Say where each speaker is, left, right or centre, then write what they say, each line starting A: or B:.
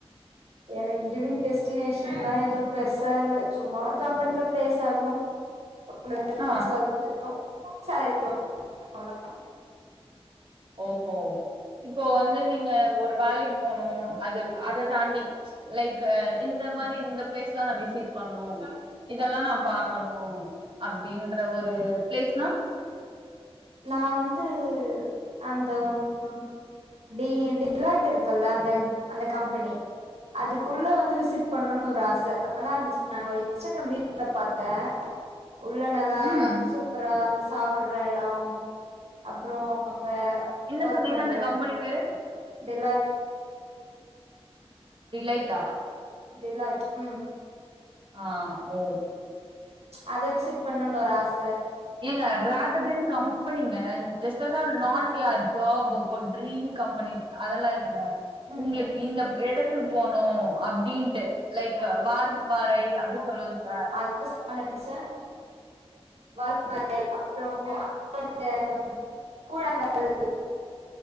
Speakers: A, on the right (about 80°); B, on the right (about 50°).
A: எனக்கு ட்ரீம் டெஸ்டினேஷன்லா ஏது பெருசா இல்ல சும்மா ஒரு கம்பெனியில பிளேஸ் ஆகணும் <unintelligible>
B: ஆ ஓஹோ இப்போ வந்து நீங்க ஒரு வேலக்கு போனும் அது அத தாண்டி லைக் இந்த மாதிரி இந்த பிளேஸ்லாம் நான் விசிட் பண்ணும் இதலாம் நான் பாக்கணும் அப்படின்ற ஒரு பிளேஸ்னா
A: நான் வந்து அந்த ம் டி டிலட் இருக்குல்ல அந்த அந்த கம்பெனி அதுக்குள்ளே வந்து விசிட் பண்ணும்ன்னனு ஒரு ஆச நல்லாருந்துச்சு நான் ஒரு இன்ஸ்டரம் ரீல்ஸ் பாத்தன்
B: <inaudible>
A: உள்ள நல்லா
B: ம்
A: சூப்பரா அந்த சாப்பிடுற எடோ அப்ரோ அப்பப்ப
B: என்ன சொன்னீங்க
A: பண்றது
B: அந்த கம்பெனி பேரு
A: டிலைட்
B: டிலைட்டா
A: டெலைட் உம்
B: ஆ ஓ
A: அத விசிட் பண்ணுனு ஒரு ஆச
B: ஏங்க ராதர்தன் கம்பெனிங்க just ah not your job ஒவ்வொரு ட்ரீம் கம்பெனி அதெல்லா இல்லங்க
A: ம்
B: உங்ளுக்கு இந்த எடத்துக்கு போனோ அப்டின்ட்டு லைக்கு வாள் பாறை அப்டி சொல்லுங்க
A: அதா சொல்லா நெனச்ச வாள் பாறை அப்றோ <unintelligible> கூழாங்கல்